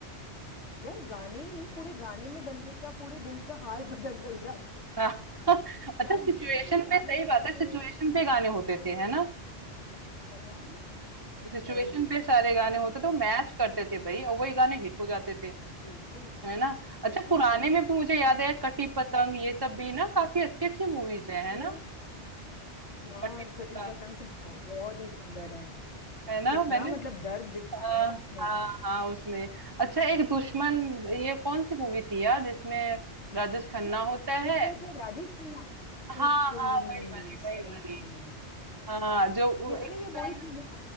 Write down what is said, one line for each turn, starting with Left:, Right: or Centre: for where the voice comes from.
Left: यार गाने ही पूरे गाने में बंदे का पूरे दिल का हाल <laughs> पता चल जाता था
Right: हाँ, <laughs> अच्छा
Left: क्या
Right: सिचुएशन
Left: मीनिंगफुल गाने
Right: पे सही
Left: होते
Right: बात है सिचुएशन
Left: थे
Right: पे गाने होते थे है ना
Left: है ना
Right: सिचुएशन
Left: सही
Right: पे सारे गाने होते तो
Left: बहुत
Right: मैच करते थे भाई और वही गाने हिट हो जाते थे
Left: बिल्कुल
Right: है ना अच्छा
Left: बिल्कुल
Right: पुराने
Left: ठीक
Right: में
Left: बोल
Right: भी मुझे याद है कटी पतंग ये सब भी ना काफी अच्छी अच्छी मूवीज हैं
Left: ओ,
Right: है ना
Left: यार
Right: कटी
Left: कटी
Right: पतंग
Left: पतंग तो बहुत ही सुंदर है
Right: है ना
Left: कितना
Right: मैंने
Left: मतलब दर्द दिखाया
Right: हाँ
Left: है उसमें
Right: हाँ हाँ, उसमें अच्छा एक दुश्मन ये कौन सी मूवी थी यार जिसमें राजेश खन्ना
Left: ओ,
Right: होता
Left: दुश्मन
Right: है
Left: शायद राजेश खन्ना
Right: हाँ
Left: ओ तेरी
Right: हाँ वही वाली वही
Left: सही
Right: वाली
Left: में
Right: हाँ जो वो
Left: इसमें
Right: एक
Left: ये
Right: होता
Left: वही
Right: है
Left: थी
Right: ना-
Left: ना